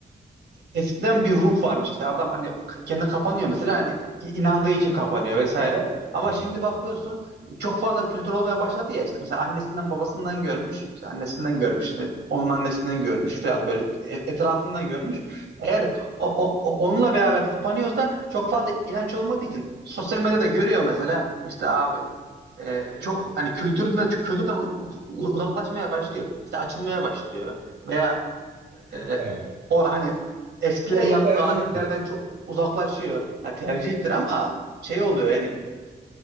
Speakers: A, on the right; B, on the right.
A: eskiden bir ruh varmış işte adam hani k- kendi kapanıyor mesela hani i- inandığı için kapanıyor vesaire. Ama
B: Evet.
A: şimdi bakıyorsun çok fazla kültür olmaya başladı ya işte mesela annesinden babasından görmüş işte annesinden görmüş işte onun annesinden görmüş falan böyle e- etrafından görmüş. Eğer o, o- o- onunla beraber kapanıyorsa çok fazla inanç olmadığı için sosyal medyada görüyor mesela işte abi e, çok hani kültürden kültürden u- u- uzaklaşmaya başlıyor işte açılmaya başlıyor veya e,
B: Ha.
A: o hani eskilerin
B: O da
A: yaptığı
B: tercihtir.
A: adetlerden çok uzaklaşıyor. Ya tercihtir ama şey oluyor yani